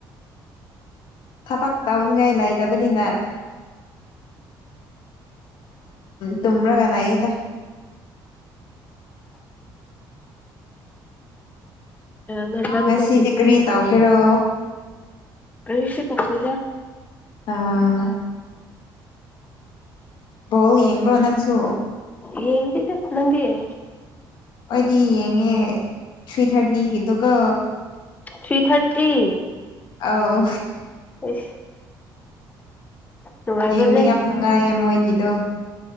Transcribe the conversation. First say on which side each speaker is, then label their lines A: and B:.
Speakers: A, on the left; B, on the left.
A: ꯊꯕꯛ ꯇꯧꯅꯤꯡꯉꯥꯏ ꯂꯩꯗꯕꯅꯤꯅ ꯇꯨ꯭ꯔꯒꯂꯌꯦꯗ
B: ꯉꯔꯥꯡ
A: ꯉꯁꯤꯗꯤ
B: ꯇꯧ
A: ꯀꯔꯤ ꯇꯧꯒꯦꯔꯣ
B: ꯀꯔꯤꯁ ꯄꯗꯗ
A: ꯑꯥ ꯕꯣ ꯌꯦꯡꯕ꯭ꯔꯣ ꯅꯪꯁꯨ
B: ꯌꯦ ꯇꯗ ꯅꯗꯤꯦ
A: ꯑꯩꯗꯤ ꯌꯦꯡꯉꯦ ꯊ꯭ꯔꯤ ꯊꯥꯔꯇꯤꯒꯤꯗꯨꯒ
B: ꯊ꯭ꯔꯤ ꯊꯥꯔꯇꯤ
A: ꯑꯥꯎ
B: ꯑꯩꯁ ꯅꯨꯡꯉꯥꯏꯕ꯭ꯔꯅꯦ
A: ꯌꯦꯡꯕ
B: ꯑꯥ
A: ꯌꯥꯝ ꯅꯨꯡꯉꯥꯏꯌꯦ ꯃꯣꯏꯒꯤꯗꯣ